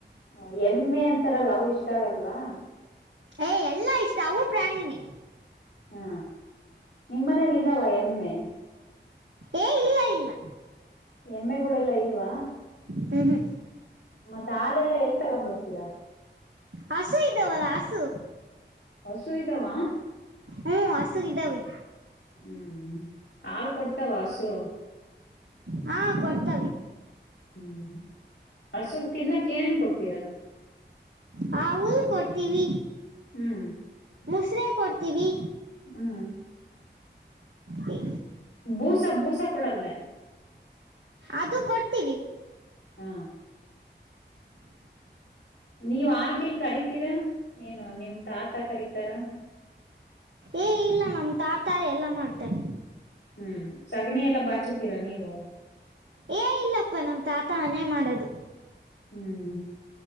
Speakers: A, on the left (about 85°); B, on the right (about 80°).
A: ಹ ಎಮ್ಮೆ ಅಂತಾರಲ್ಲವು ಇಷ್ಟ ಆಗಲ್ವಾ
B: ಏಯ ಎಲ್ಲ ಇಷ್ಟ ಅವು ಪ್ರಾಣಿನೇ
A: ಹಾ ನಿಮ್ಮನೇಯಲ್ಲಿ ಇದಾವ ಎಮ್ಮೆ
B: ಏ ಇಲ್ಲ ಇಲ್ಲ
A: ಎಮ್ಮೆಗಳೆಲ್ಲಾ ಇಲ್ವಾ
B: ಹ್ಮ ಹ್ಮ
A: ಮತ್ತೆ ಹಾಲೆಲ್ಲಾ ಎಲ್ ತಗೊ್ಂಬರ್ತೀರಾ
B: ಹಸು ಇದವಲ್ಲ ಹಸು
A: ಹಸು ಇದಾವ
B: ಹು ಹಸು ಇದಾವೆ
A: ಹ್ಮ್ ಹಾಲ್ ಕೊಡ್ತಾವ ಹಸು
B: ಹಾ ಕೊಡ್ತವೆ
A: ಹ್ಮ್ ಹಸುಕ್ ತಿನ್ನಾಕ್ ಏನೇನ್ ಕೊಡ್ತೀರ
B: ಹಾ ಹುಲ್ಲು ಕೊಡ್ತೀವಿ
A: ಹ್ಮ್
B: ಮುಸ್ರೆ ಕೊಡ್ತೀವಿ
A: ಹ್ಮ್
B: ಇ....
A: ಬೂಸ ಬೂಸ ಕೂಡಲ್ಲ
B: ಅದು ಕೊಡ್ತೀವಿ
A: ಹಾ ನೀವ್ ಹಾಲ್ಗಿಲ್ ಕರಿತೀರಾ ಏನು ನಿಮ ತಾತ ಕರೀತಾರ
B: ಏ ಇಲ್ಲ ನಮ ತಾತ ಎಲ್ಲಾ ಮಾಡ್ತಾರೆ
A: ಹ್ಮ್ ಸಗಣಿ ಎಲ್ಲ ಬಾಚತೀರಾ ನೀವು
B: ಏ ಇಲ್ಲಪ್ಪಾ ನಮ್ಮ ತಾತ ಅನೆೇ ಮಾಡದು
A: ಹ್ಮ್